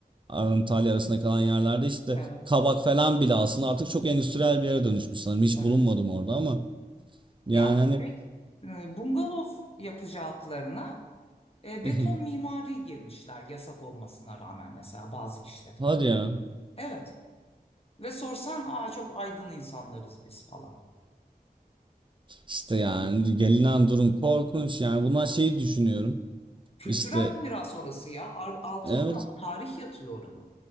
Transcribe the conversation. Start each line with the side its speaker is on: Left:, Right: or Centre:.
Right: A- Antalya arasında kalan yerlerde işte
Left: Evet.
Right: Kabak falan bile aslında artık çok endüstriyel bir yere dönüşmüş sanırım. Hiç
Left: Evet.
Right: bulunmadım orada ama yani
Left: Ya
Right: hani
Left: şey, e, bungalov yapacaklarına e,
Right: <laughs>
Left: beton mimari girmişler yasak olmasına rağmen mesela bazı işletmeler.
Right: hadi ya
Left: Evet. Ve sorsan aa çok aydın insanlarız biz falan.
Right: işte yani gelinen durum korkunç yani bunlar şeyi düşünüyorum
Left: Kültürel
Right: İşte
Left: miras orası ya. Ar- altında
Right: evet
Left: tarih yatıyor oranın.